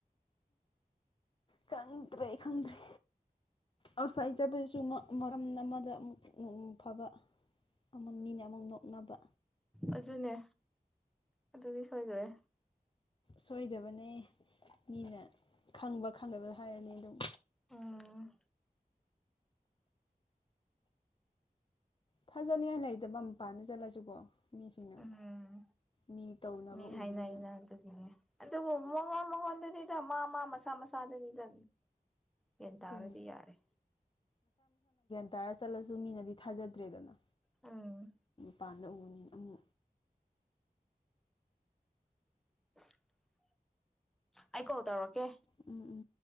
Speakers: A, on the left; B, in the centre.
A: ꯈꯪꯗ꯭ꯔꯦ ꯈꯪꯗ꯭ꯔꯦ ꯑꯁꯥꯏ ꯆꯠꯄꯖꯤꯁꯨ ꯃꯔꯝ ꯑꯃꯗ ꯑꯃꯨꯛ ꯐꯕ ꯑꯃꯛ ꯃꯤꯅ ꯑꯃꯨꯛ ꯅꯣꯛꯅꯕ
B: ꯑꯗꯨꯅꯦ ꯑꯗꯨꯗꯤ ꯁꯣꯏꯗꯔꯦ
A: ꯁꯣꯏꯗꯕꯅꯦ ꯃꯤꯅ ꯈꯪꯕ ꯈꯪꯗꯕ ꯍꯥꯏꯔꯅꯤ ꯑꯗꯨꯝ
B: ꯎꯝ
A: ꯊꯥꯖꯅꯤꯡꯉꯥꯏ ꯂꯩꯇꯕ ꯃꯄꯥꯥꯟꯗ ꯆꯠꯂꯁꯨꯀꯣ ꯃꯤꯁꯤꯡꯅ
B: ꯎꯝ
A: ꯃꯤ ꯇꯧꯅꯕ
B: ꯃꯤ ꯍꯥꯏꯅꯩꯅ
A: ꯎꯕꯅꯤꯅ
B: ꯑꯗꯨꯒꯤꯅꯦ ꯑꯗꯨꯕꯨ ꯃꯉꯣꯟ ꯃꯉꯣꯟꯗꯅꯤꯗ ꯃꯥ ꯃꯥ ꯃꯁꯥ ꯃꯁꯥꯗꯗꯤꯗ ꯃꯦꯟ
A: ꯑꯗꯨꯅꯤ
B: ꯇꯥꯔꯗꯤ ꯌꯥꯔꯦ
A: ꯇꯔ ꯆꯠꯂꯁꯨ ꯃꯤꯅꯗꯤ ꯊꯥꯖꯗ꯭ꯔꯦꯗꯅ
B: ꯎꯝ
A: ꯄꯟꯗ ꯎꯕ ꯃꯤ
B: <inaudible> ꯑꯩ ꯀꯣꯜ ꯇꯧꯔꯛꯀꯦ
A: ꯎꯝ ꯎꯝ